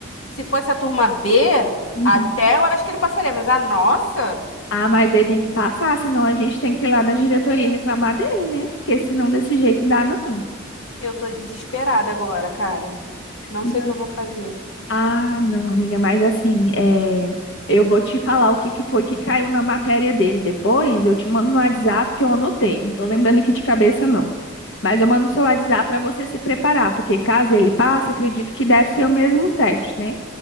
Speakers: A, on the left; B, on the left.
A: Se fosse a turma B,
B: Uhum.
A: até eu acho que ele passaria, mas a nossa,
B: Ah, mas ele tem que passar, senão a gente tem que ir lá na diretoria reclamar dele, né? Porque senão desse jeito não dá, não.
A: eu tô desesperada agora, cara. Não
B: Não.
A: sei o que eu vou fazer.
B: Ah, não, amiga, mas assim, é, eu vou te falar o que que foi que caiu na matéria dele. Depois eu te mando no WhatsApp que eu anotei. Não tô lembrando aqui de cabeça, não. Mas eu mando no seu WhatsApp para você se preparar, porque caso ele passe, acredito que deve ser o mesmo teste, né?